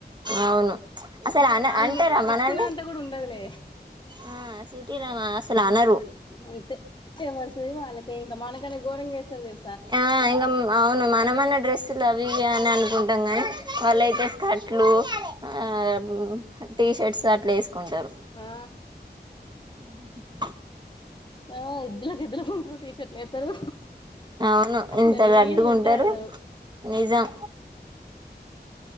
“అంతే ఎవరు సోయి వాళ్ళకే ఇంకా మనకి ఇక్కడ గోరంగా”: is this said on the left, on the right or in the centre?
Left